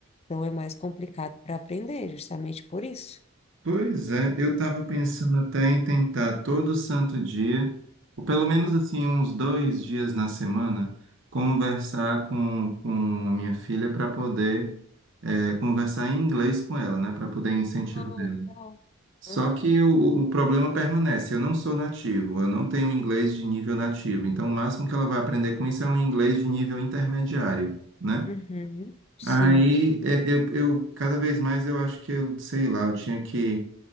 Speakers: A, on the left; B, on the right.
A: Então é mais complicado para aprender, justamente por isso.
B: Pois é, eu estava pensando até em tentar todo santo dia, ou pelo menos
A: Hum,
B: assim, uns dois dias na semana, conversar
A: Sim.
B: com, com minha filha para poder eh, conversar em inglês com ela, né? Para poder incentivar
A: Ah,
B: ela.
A: legal.
B: Só
A: Aham.
B: que o, o problema permanece, eu não sou nativo, eu não tenho inglês de nível nativo, então o máximo que ela vai aprender com isso é um inglês de nível intermediário. né?
A: Uhum. Sim.
B: Aí é, eu, eu cada vez mais eu acho que eu, sei lá, eu tinha que